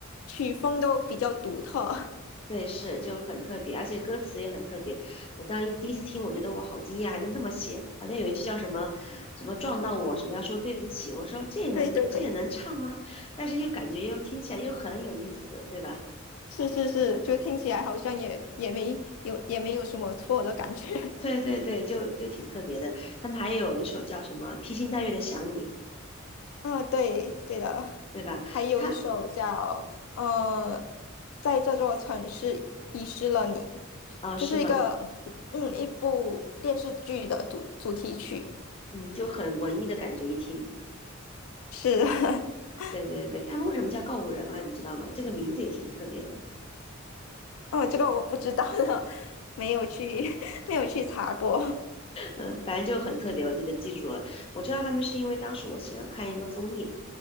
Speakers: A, on the left (about 80°); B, on the left (about 25°).
A: 曲风都比较独特。
B: 对，是就很特别，而且歌词也很特别。我当一第一次听，我觉得我好惊讶，还能这么写。好像有一句叫什么什么撞到我，什么要说对不起，我说这也能这也能唱吗？
A: <laughs> 对对对，
B: <laughs> 但是又感觉又听起来又很有意思，对吧？
A: 是是是，就听起来好像也也没有也没有什么错的感觉。
B: 对对对，就就挺特别的。他们还有一首叫什么披星戴月的想你，
A: 啊，对，对的，
B: 对吧？
A: 还有一首叫呃，
B: 他
A: 在这座城市遗失了你，
B: 哦是吗？
A: 就是一个嗯一部电视剧的主主题曲，
B: 嗯，就很文艺的感觉，一听。
A: 是，<laughs>
B: 对对对，他们为什么叫告五人啊？你知道吗？这个名字也挺特别的。
A: 哦，这个我不知道了，没有去 <laughs> 没有去查过，
B: 嗯，反正就很特别，我记得记住了。我知道他们是因为当时我喜欢看一个综艺，